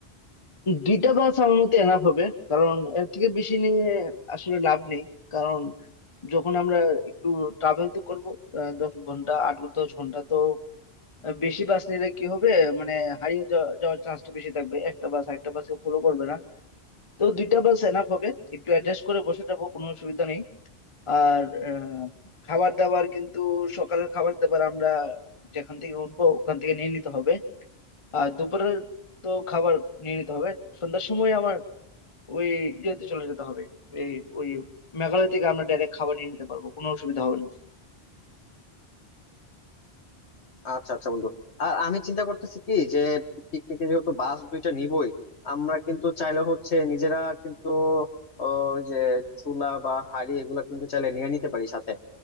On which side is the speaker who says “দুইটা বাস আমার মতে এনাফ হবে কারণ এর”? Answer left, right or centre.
Left